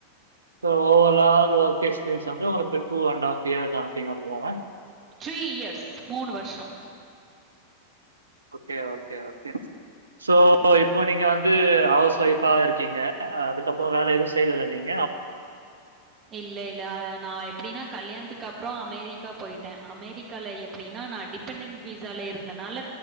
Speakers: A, on the right; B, on the right.
A: சோ ஓவரால் ஒர்க் எக்ஸ்பிரியன்ஸ் வந்து ஒங்களுக்கு டூ அண்ட ஆஃப் இயர் தா சம்திங் அபோ வாங்க
B: த்ரீ இயர்ஸ் மூணு வர்ஷோ
A: ஓகே ஓகே ஓகே சோ இப்போ நீங்க வந்து ஹவுஸ் ஒய்ஃபா இருக்கீங்க அதுக்கப்றோ வேலை எதுவு செய்லேல நீங்
B: இல்ல இல்ல அ நா எப்டினா கல்யாணத்துக்கு அப்றோ அமெரிக்கா போய்ட்டே அமெரிக்கால எப்பிடினா நா டிபெண்டன்ட் வீஸால இருந்தனால